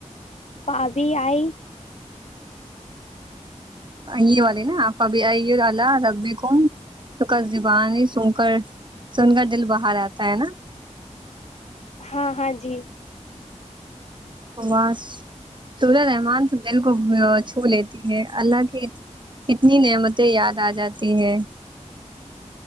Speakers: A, on the left (about 60°); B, on the right (about 40°).
A: بھابھی آئی
B: یہ والی فبأي آلاء ربكما تكذبان یہ سن کر سن کا دل بھار آتا ہے نا
A: ہاں ہاں جی
B: باس سره رحمان تو دل کو چھو لیتی ہے اللہ کی کتنی نعمتیں یاد آ جاتی ہے